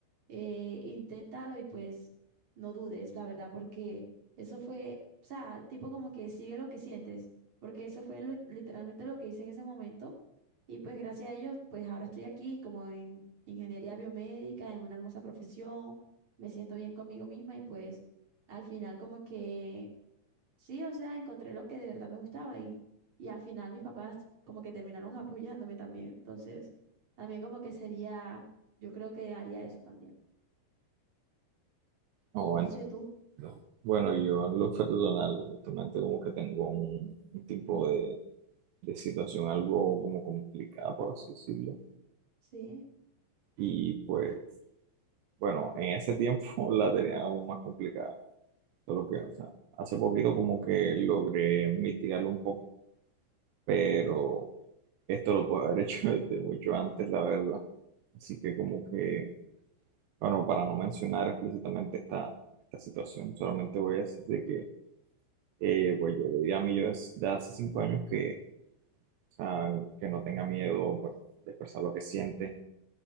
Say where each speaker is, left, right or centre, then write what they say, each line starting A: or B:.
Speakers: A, on the right; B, on the right.
A: eh, inténtalo y pues no dudes, la verdad, porque eso fue, o sea, tipo como que sigue lo que sientes, porque eso fue lo- literalmente lo que hice en ese momento y pues gracias a ellos, pues ahora estoy aquí como en ingeniería biomédica, en una hermosa profesión, me siento bien conmigo misma y pues al final como que Sí, o sea, encontré lo que de verdad me gustaba y, y al final mis papás como que terminaron <laughs> apoyándome también. Entonces, también como que sería, yo creo que haría eso también.
B: No, entiendo.
A: No sé tú.
B: Bueno, yo en lo personal, justamente como que tengo un, un tipo de de situación algo como complicada, por así decirlo.
A: Sí,
B: Y pues, bueno, en ese tiempo <laughs> la tenía aún más complicada, solo que, o sea, hace poquito como que logré mitigarlo un poco, pero esto lo puedo haber <laughs> hecho desde mucho antes, la verdad. Así que como que, bueno, para no mencionar explícitamente esta, esta situación, solamente voy a decir de que, eh, pues yo le diría a mi yo de hace cinco años que sea, que no tenga miedo pues, de expresar lo que siente